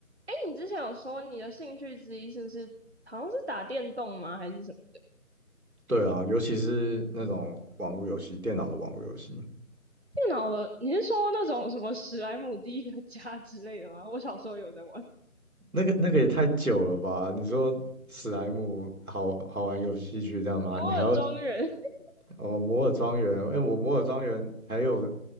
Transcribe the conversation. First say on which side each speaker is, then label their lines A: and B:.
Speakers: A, on the right (about 45°); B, on the right (about 75°).
A: 哎，你之前有说你的兴趣之一是不是好像是打电动吗？还是什么
B: 对啊，尤其是那种网络游戏，电脑的网络游戏，
A: 电脑的？你是说那种什么史莱姆第一个家 <laughs> 之类的吗？我小时候有在玩
B: 那个那个也太久了吧？你说史莱姆好好玩游戏去这样吗？
A: 摩尔庄园，
B: 你还要
A: <laughs> 你
B: 哦摩尔庄园？哎、我摩尔庄园还有，